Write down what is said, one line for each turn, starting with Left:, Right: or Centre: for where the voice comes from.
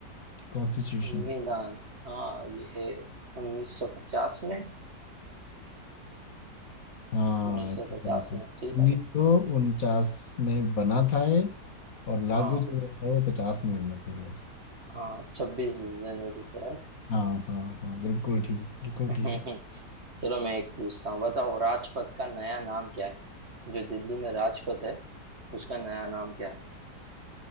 Left: कॉन्स्टिट्यूशन
Right: निदान हाँ ये 1950 में
Left: हाँ
Right: 1950 में ठीक
Left: उन्नीस
Right: है
Left: सौ उनचास में बना था ये और लागू
Right: हाँ
Left: जो हुआ था वो पचास में हुआ था यार
Right: हाँ छब्बीस जनवरी को राइट
Left: हाँ हाँ हाँ बिल्कुल ठीक बिल्कुल
Right: <laughs>
Left: ठीक है
Right: चलो मैं एक पूछता हूँ बताओ राजपथ का नया नाम क्या है जो दिल्ली में राजपथ है उसका नया नाम क्या है